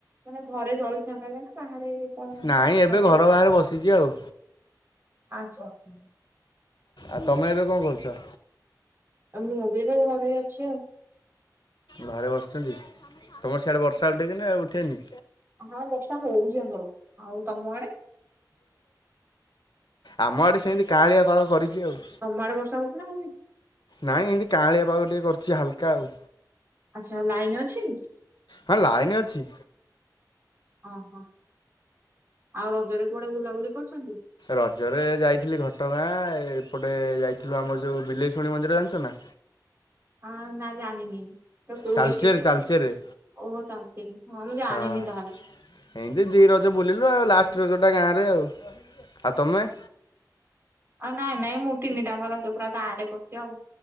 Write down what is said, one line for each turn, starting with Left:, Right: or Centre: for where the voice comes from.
Right: ମାନେ ଘରେ ଜଳଖିଆ ଖାଇଲେ ନା ବାହାରେ କଣ
Left: ନାଇଁ ଏବେ
Right: ଖାଇକି
Left: ଘର
Right: ଆସି
Left: ବାହାରେ ବସିଛି ଆଉ
Right: ଆଛା ଆଛା।
Left: ଆଉ ତମେ ଏବେ କଣ କରୁଛ?
Right: ଆମେ ଏବେ ଏବେ ଘରେ ଅଛି ଆଉ
Left: ଘରେ ବସିଛନ୍ତି, ତୁମର ସିଆଡ଼େ ବର୍ଷା ଉଠେଇକ ନା ଆଉ ଉଠାଇନି?
Right: ହଁ ବର୍ଷା ହଉଛି ଆମର, ଆଉ ତମ ଆଡେ?
Left: ଆମ ଆଡେ ସେମିତି କାଁଳିଆ ପାଗ କରିଛି ଆଉ
Right: ତମଆଡେ ବର୍ଷା ହଉଛି ନା ହଉନି?
Left: ନାଇଁ ଏମିତି କାଁଳିଆ ପାଗ ଟିକେ କରିଛି ହାଲକା ଆଉ
Right: ଆଛା, ଲାଇନ ଅଛି?
Left: ହଁ ଲାଇନ ଅଛି।
Right: ଓହୋ ଆଉ ରଜରେ କୁଆଡେ ବୁଲାବୁଲି କରିଛନ୍ତି?
Left: ରଜରେ ଯାଇଥିଲି ଘଟଗାଁ, ଏପଟେ ଯାଇଥିଲୁ ଆମର ଯେଉଁ ବିଲେଇଶୁଣିୀ ମନ୍ଦିର ଜାଣିଚୁ ନା?
Right: ହଁ ନା ଜାଣିନି। କୋଉ
Left: ତାଲଚେର
Right: ଡିଷ୍ଟ୍ରିକ୍ଟ ରେ,
Left: ତାଲଚେରରେ
Right: ଓହୋ ତା ହଁ ମୁଁ ଜାଣିନି
Left: ହଁ
Right: ତାହେଲେ।
Left: ଏମିତି ଦୁଇ ରଜ ବୁଲିଲୁ ଆଉ ଲାଷ୍ଟ ରଜଟା ଗାଁରେ ଆଉ, ଆଉ ତମେ?
Right: ଆଉ ନାଇଁ ନାଇଁ ମୁଁ ତିନିଟାଙ୍କ ରଜ ପୁରା ଗାଁ ରେ କରିଚି ଆଉ